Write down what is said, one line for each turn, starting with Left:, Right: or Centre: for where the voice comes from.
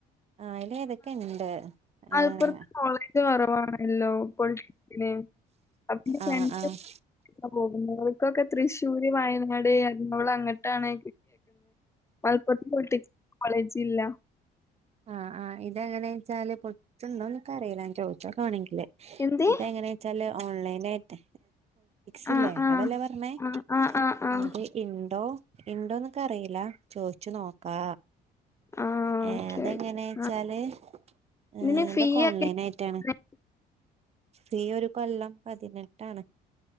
Right: ആ ഇല തൊക്കെ ഉണ്ട്
Left: അലപ്പുറത്ത്
Right: ആഹ്
Left: കോളേജ് കുറവാണല്ലോ പൊളിറ്റന് അപ്പന്റെ
Right: ആഹ്
Left: ഫ്രണ്ട്സ്
Right: ആഹ്
Left: പോകുന്നത് ഇക്കൊക്കെ തൃശ്ശൂര് വയനാട് അോള അങ്ങോട്ടാണ് മലപ്പുറ പോൊളിക് കോളേജ് ഇല്ല
Right: ആഹ് ആഹ ഇതെങ്ങനെയാ വെച്ചാല് പൊട്ടുണ്ടോ എന്നൊക്കെ അറിയില്ല ഞാൻ ചോദിച്ചോക്കാണെങ്കിൽ
Left: എന്തേ
Right: ഇതെങ്ങനെ വച്ചാല് ഓൺലൈനായിട്ട് ക്ല്ലേ
Left: ആഹ് ആഹ്
Right: അതല്ലേ പറഞ്ഞേത്
Left: ആഹ് ആഹ് ആഹ് ആഹ്
Right: ഇൻഡോ ഉണ്ടോന്നൊക്കെ അറിയില്ല ചോദിച്ചു നോക്കാ
Left: ആഹ്
Right: ഏ
Left: ഓക്കെ
Right: അതെങ്ങനാ
Left: ഓക്കെ
Right: വെച്ചാല്
Left: ആഹ്
Right: ഏ
Left: ഇതിന്
Right: അതൊക്കെ
Left: ഫീ
Right: ഓൺലൈൻ
Left: ഒക്കെ എത്രയാ?
Right: ആയിട്ടാണ് ശത്രീ ഒരു കൊല്ലം പതിനെട്ടാണ്